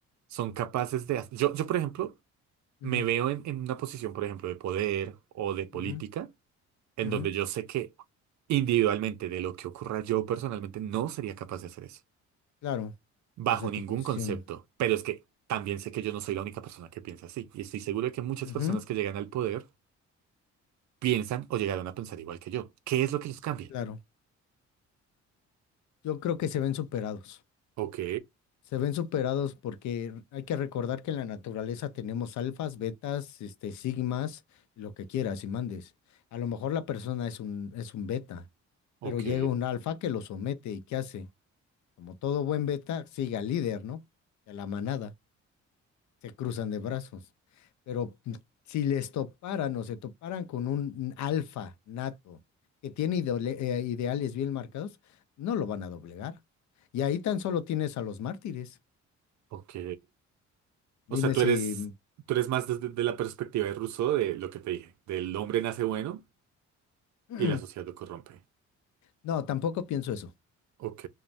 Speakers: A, on the right; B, on the left.
A: Son capaces de... ha- Yo, yo, por ejemplo, me
B: Ujú,
A: veo en en una posición, por ejemplo, de poder o de política.
B: ujú,
A: en
B: ujú,
A: donde yo sé que individualmente de lo que ocurra yo personalmente no sería capaz de hacer eso,
B: Claro,
A: bajo
B: desde
A: ningún
B: tu posición.
A: concepto, pero es que también sé que yo no soy la única persona que piensa así y estoy seguro de que muchas
B: Ujú,
A: personas que llegan al poder piensan o llegaron a pensar igual que yo. ¿Qué es lo que los cambia?
B: Claro, yo creo que se ven superados.
A: Ok,
B: Se ven superados porque hay que recordar que en la naturaleza tenemos alfas, betas, este, sigmas, lo que quieras y mandes. A lo mejor la persona es un, es un beta,
A: ok,
B: pero llega un alfa que lo somete y ¿qué hace? Como todo buen beta, sigue al líder, ¿no? Y a la manada. Se cruzan de brazos. Pero mm, si les toparan o se toparan con un alfa nato que tiene idole- eh, ideales bien marcados, no lo van a doblegar. Y ahí tan solo tienes a los mártires.
A: ok. O
B: Dime
A: sea, tú
B: si...
A: eres,
B: Mm,
A: tú eres más desde de la perspectiva de Rousseau de lo que te dije, del hombre nace bueno
B: mm.
A: y la sociedad lo corrompe.
B: No, tampoco pienso eso. O
A: Ok,